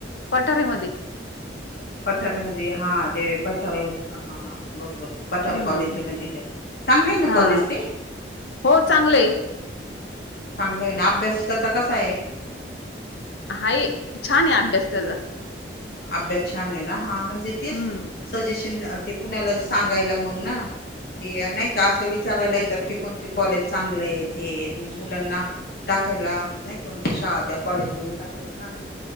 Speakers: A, on the left (about 75°); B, on the left (about 55°).
A: पठारेमध्ये
B: पठारीेमध्ये हा ते पठार अस हा बरोबर पठार
A: हम्म
B: कॉलेज ना तिथे चांगलं आहे ना
A: हा
B: कॉलेज ते
A: हो चांगले
B: चांगलंय ना अभ्यास त्याचा कसा आहे
A: हाय छान आहे अभ्यास त्याचा
B: अभ्यास छान हे ना हा म्हंजे तेचं
A: हम्म
B: सजेशन ते कुणाला सांगायला मग ना ते नाही का असं विचारायला येतात की कोणते कॉलेज चांगले आहेत हे मग मुलांना टाकायला नाही क म्हणजे शहा त्या कॉलेजमध्ये टाकायला छान